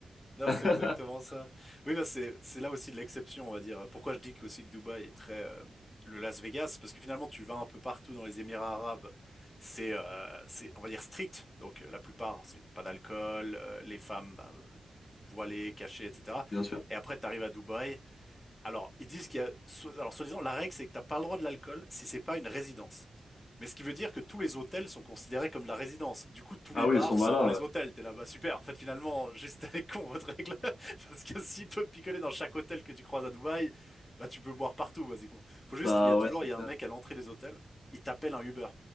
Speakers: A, on the left; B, on the left.
A: Non,
B: <laughs>
A: c'est exactement ça. Oui, bah c'est c'est là aussi l'exception, on va dire. Pourquoi je dis que aussi que Dubaï est très euh, le Las Vegas, parce que finalement tu vas un peu partout dans les Émirats arabes, c'est euh, c'est on va dire strict. Donc la plupart, c'est pas d'alcool, euh, les femmes bah, voilées, cachées, etc.
B: bien sûr.
A: Et après tu arrives à Dubaï. Alors ils disent qu'il y a so- alors soi-disant la règle c'est que t'as pas le droit de l'alcool si c'est pas une résidence. Mais ce qui veut dire que tous les hôtels sont considérés comme de la résidence. Du coup, tous
B: Ah
A: les bars
B: oui, ils sont malins.
A: sont dans les
B: ouais.
A: hôtels. T'es là, bah super. En fait, finalement, <laughs> juste elle est con, votre règle. <laughs> Parce que s'ils peuvent picoler dans chaque hôtel que tu croises à Dubaï, bah tu peux boire partout, basiquement. Faut
B: Bah
A: juste, il y a toujours,
B: ouais, c'est
A: il y
B: clair.
A: a un mec à l'entrée des hôtels, il t'appelle un Uber.